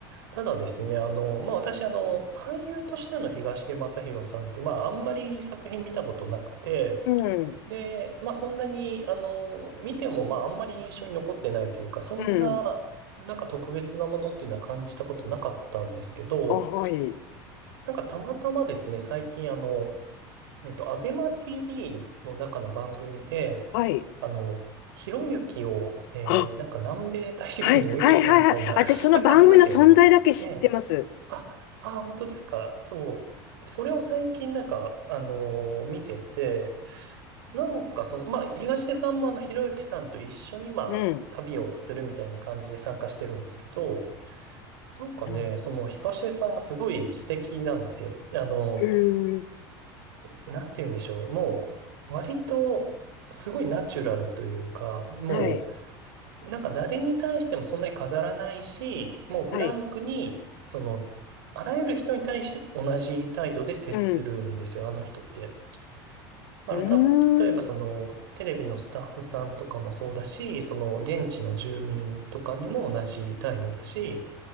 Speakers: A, on the right; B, on the left.
A: ただですね、あの、まあ、私、あの、俳優としての東出昌大さんって、まあ、あんまり作品見たことなくて、
B: うん、
A: で、まあ、そんなに、あの、見ても、まあ、あんまり印象に残ってないというか、そんな、
B: うん。
A: なんか特別なものっていうのは感じたことなかったんですけど、
B: あ、はい、
A: なんかたまたまですね、最近、あの、えっと、アベマ TV の中の番組で、
B: はい。
A: あの、ひろゆきを、えー、
B: あ、
A: なんか南米大陸に置いてきたみたいな、
B: はい、はい、はい、はい。私、
A: <laughs>
B: その番組の存在だけ知ってます。
A: なんかありますよね。ええ。あ、あ、本当ですか。そう。で、それを最近なんか、あのー見てて、なんかその、まあ、東出さんもあの、ひろゆきさんと一緒に、まあ、
B: うん。
A: 旅をするみたいな感じで参加してるんですけど、なんかね、
B: はい。
A: その東出さんがすごい素敵なんですよ。あの、
B: うーん。
A: なんて言うんでしょう。もう、割と、すごいナチュラルというか、も
B: はい、
A: う、なんか誰に対してもそんなに飾らないし、もうフランクに、
B: はい。
A: その、あらゆる人に対して同じ態度で接するんですよ、
B: うん。
A: あの人って。だからた、
B: うーん。
A: 例えばその、テレビのスタッフさんとかもそうだし、その、現地の住民とかにも同じ態度だし、